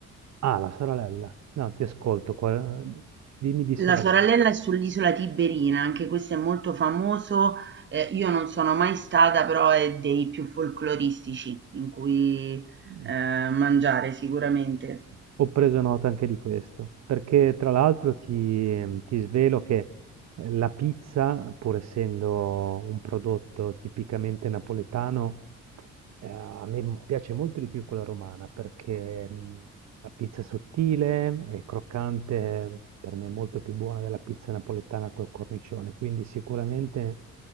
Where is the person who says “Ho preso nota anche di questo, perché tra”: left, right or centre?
Right